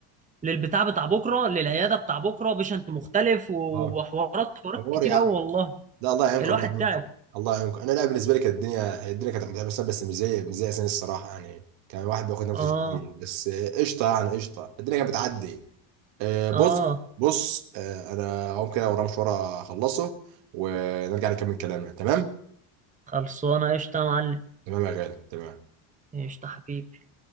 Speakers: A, on the right; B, on the right.
A: للبتاع بتاع بكره للعياده بتاع بكره بيشنت مختلف وحوارات
B: اه
A: حوارات
B: حوار
A: كتير
B: يا عم
A: قوي والله
B: لا الله يعينكم
A: الواحد
B: الله يعينكم
A: تعب
B: الله يعينكم انا لا بالنسبه لي كانت الدنيا الدنيا كانت متعبه بس بس مش زي مش زي اسامي الصراحه يعني كان الواحد بياخد نفسه
A: اه
B: شويه بس آه، قشطه يعني قشطه الدنيا كانت بتعدي آه، بص
A: اه
B: بص آه، انا هقوم كده ورا مشوار اخلصه ونرجع نكمل كلامنا تمام
A: خلصانه قشطه يا معلم
B: تمام يا غالي تمام
A: قشطه حبيبي